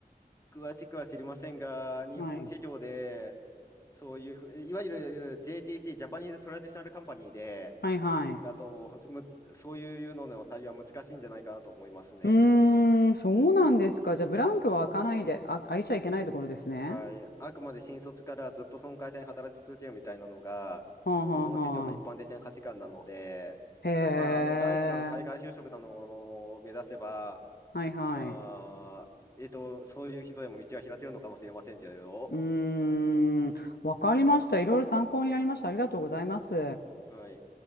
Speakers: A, on the left; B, on the left.
A: 詳しくは知りませんが、日本地上で、
B: はい
A: そういう、いわゆる JTC、ジャパニーズ・トラディショナル・カンパニーで、
B: はいはい。
A: あと、むそういうのの採用は難しいんじゃないかなと思いますね。
B: うーん、そうなんですか。じゃあ、ブランクは開かないで、あ、開いちゃいけないところですね。
A: はい、あくまで新卒からずっとその会社に働き続けるみたいなのが、
B: はあはあ
A: 日本市場の一般的な価値観なので、
B: はあ。へえ。
A: まあ、あの外資だの海外就職だのを目指せば、
B: はいはい。
A: まあ、えっと、そういう人でも道は開けるのかもしれませんけれど、
B: うーん、わかりました。いろいろ参考になりました。ありがとうございます。
A: はい